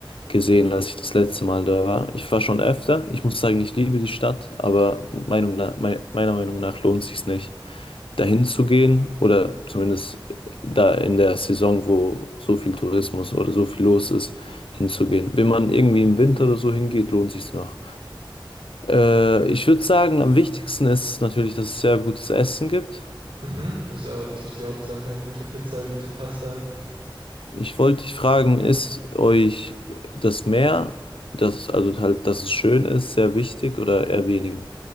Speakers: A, on the left; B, on the right.
A: gesehen, als ich das letzte Mal da war. Ich war schon öfter, ich muss sagen, ich liebe die Stadt, aber Meinung nach, mei- meiner Meinung nach lohnt sich's nicht dahin zu gehen oder zumindest äh, da in der Saison, wo so viel Tourismus oder so viel los ist, hinzugehen. Wenn man irgendwie im Winter oder so hingeht, lohnt sich's noch. Äh, ich würde sagen, am wichtigsten ist natürlich, dass es sehr gutes Essen gibt.
B: Mhm, das ist aber natürlich die Hauptsache. Gute Pizza, gute Pasta.
A: Ich wollte dich fragen, ist euch das Meer, das, also halt, dass es schön ist, sehr wichtig oder eher weniger?